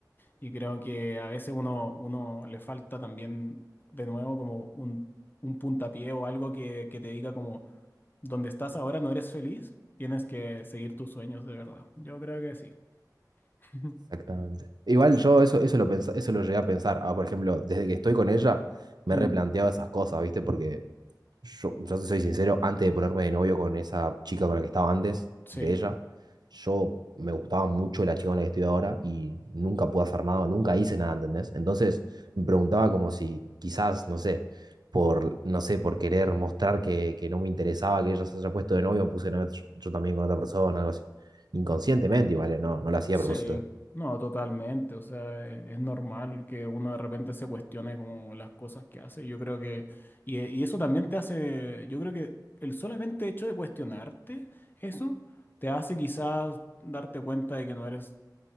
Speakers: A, on the left; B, on the right.
A: Y creo que a veces uno, uno le falta también, de nuevo, como un, un puntapié o algo que, que te diga como, donde estás ahora no eres feliz, tienes que seguir tus sueños de verdad. Yo creo que sí. <laughs>
B: Exactamente. Igual yo eso, eso lo pens- eso lo llegué a pensar. Ah, por ejemplo, desde que estoy con ella, me
A: Mm,
B: replanteaba esas cosas, ¿viste? Porque Yo, yo te soy sincero, antes de ponerme de novio con esa chica con la que estaba antes,
A: sí.
B: de ella, yo me gustaba mucho la chica con la que estoy ahora y nunca pude hacer nada, nunca hice nada, ¿entendés? Entonces me preguntaba como si quizás, no sé, por, no sé, por querer mostrar que, que no me interesaba que ella se haya puesto de novio, me puse de novio yo, yo también con otra persona, algo así. Inconscientemente, igual, ¿eh? no, no lo hacía
A: Sí,
B: a propósito. de-
A: no, totalmente. O sea, e- es normal que uno de repente se cuestione como las cosas que hace. Yo creo que, y, e- y eso también te hace, yo creo que el solamente hecho de cuestionarte eso te hace quizás darte cuenta de que no eres